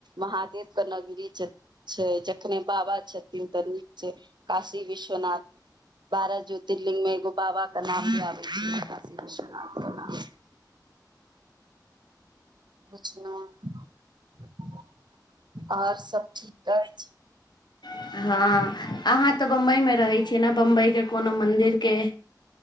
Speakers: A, on the right; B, on the left.
A: महादेव के नगरी छै। छै। जखने बाबा छथिन तऽ नीक छै। काशी विश्वनाथ बारह ज्योतिर्लिंग में एगो बाबा कऽ नाम आबै छै। काशी विश्वनाथ अच्छा ने आओर सभ ठीक अछि।
B: हँ अहाँ तऽ बंबई में रहै छियै ने बम्बई के कोनो मंदिर केँ